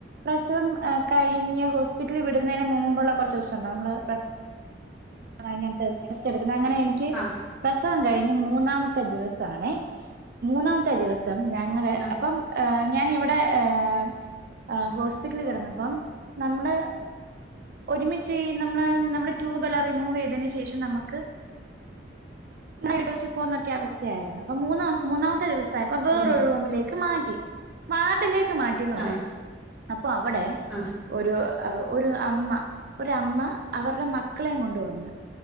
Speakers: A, on the right (about 55°); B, in the centre.
A: പ്രസവം കഴിഞ്ഞു ഹോസ്പിറ്റിൽ വിടുന്നതിന് മുമ്പുള്ള കുറച്ചം നമ്മ ആഹ് ഞങ്ങക്ക് എട്ക്ക്ന്ന അങ്ങനെ എനിക്ക്
B: ആഹ്
A: പ്രസവം കൈഞ്ഞ് മൂന്നാമത്തെ ദിവസാണെ മൂന്നാമത്തെ ദിവസം ഞങ്ങള്
B: ആഹ്
A: അപ്പം ഞാനി വടെ ഏഹ് ആഹ് ഹോസ്പിറ്റലിൽ കെടന്നപ്പം നമ്മള് ഒരുമിച്ച് നമ്മളെ നമ്മടെ റ്റൂബെല്ലാം അതിന് ശേഷം നമുക്ക് നൈ പോന്നൊക്കെ അവസ്ഥയായിരുന്നു അപ്പ മൂന്നാം മൂന്നാമത്തെ ദിവസായപ്പൊ വേറൊരു
B: ഉം
A: റൂമിലേക്ക് മാറ്റി വാർഡിലേക്ക് മാറ്റി ന്ന് പറയാ
B: ആഹ്
A: അപ്പൊ അവടെ
B: ആഹ്
A: ഒരു ഒരു അമ്മ ഒരമ്മ അവര്ടെ മക്കളേം കൊണ്ടു വന്നു